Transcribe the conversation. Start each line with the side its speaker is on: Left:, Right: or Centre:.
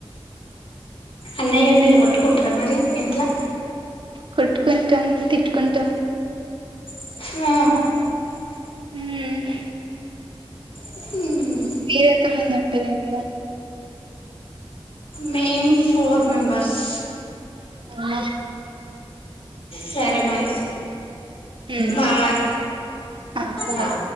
Left: అన్నయ్య మీరు కొట్టుకుంటారా మరి ఇంట్లా
Right: కొట్టుకుంటాం తిట్టుకుంటాం
Left: ఆ
Right: ఉహ్
Left: హూ
Right: మీరే ఎంత మంది ఉంటారు ఇంట్లో
Left: మేం పోర్ మెంబర్స్
Right: అవునా
Left: సరే మరి
Right: ఉమ్
Left: బాయ్
Right: ఆ బాయ్
Left: హా